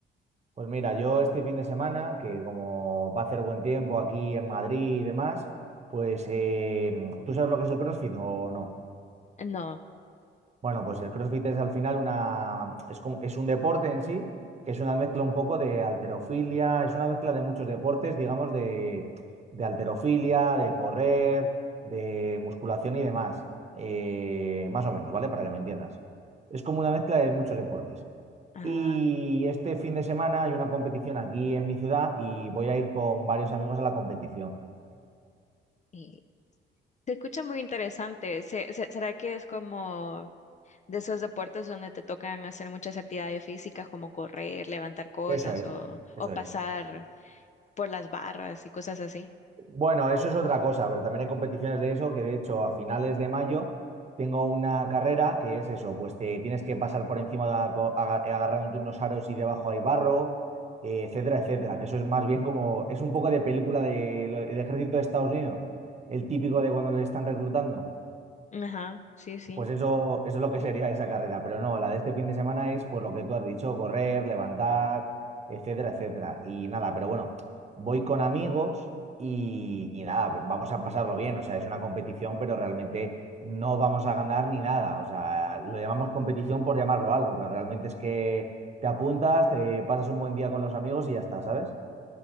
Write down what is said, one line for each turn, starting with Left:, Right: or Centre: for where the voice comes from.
Right: Pues mira, yo este fin de semana, que como va a hacer buen tiempo aquí en Madrid y demás, pues eh, ¿tú sabes lo que es el CrossFit o no?
Left: No.
Right: Bueno, pues el CrossFit es al final una, es como, es un deporte en sí, que es una mezcla un poco de alterofilia, es una mezcla de muchos deportes, digamos, de, de halterofilia, de correr, de musculación y demás. Eh, más o menos, ¿vale? Para que me entiendas. Es como una mezcla de muchos deportes.
Left: Ah,
Right: Y este fin de semana hay una competición aquí en mi ciudad y voy a ir con varios amigos a la competición.
Left: y se escucha muy interesante. Se- se- ¿será que es como de esos deportes donde te tocan hacer muchas actividades físicas como correr, levantar cosas
Right: Eso es,
Left: o,
Right: eso
Left: o pasar
Right: es.
Left: por las barras y cosas así?
Right: Bueno, eso es otra cosa, pero también hay competiciones de eso que de hecho a finales de mayo tengo una carrera que es eso, pues te tienes que pasar por encima de una co- aga- agarrándote unos aros y debajo hay barro, eh, etcétera, etcétera, que eso es más bien como, es un poco de película del ejército de Estados Unidos, el típico de cuando le están reclutando.
Left: Ajá, sí, sí.
Right: Pues eso, eso es lo que sería esa carrera, pero no, la de este fin de semana es pues lo que tú has dicho, correr, levantar, etcétera, etcétera. Y nada, pero bueno, voy con amigos y, y nada, vamos a pasarlo bien, o sea, es una competición, pero realmente no vamos a ganar ni nada, o sea, lo llamamos competición por llamarlo algo, pero realmente es que te apuntas, te pasas un buen día con los amigos y ya está, ¿sabes?